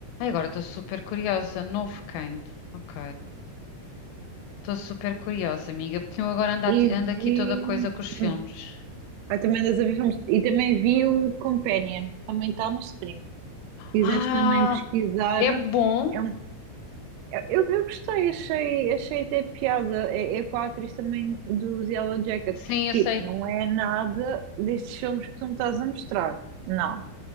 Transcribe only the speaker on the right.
E
vi.
hum, Ah, também andas a ver filmes. E também vi o Companion, que também está no streaming. Quiseste
também pesquisar.
É um- é, eu, eu gostei, achei, achei até piada. É, é com a atriz também dos Yellow Jackets.
Tipo,
não é nada destes filmes que tu me estás a mostrar. Não.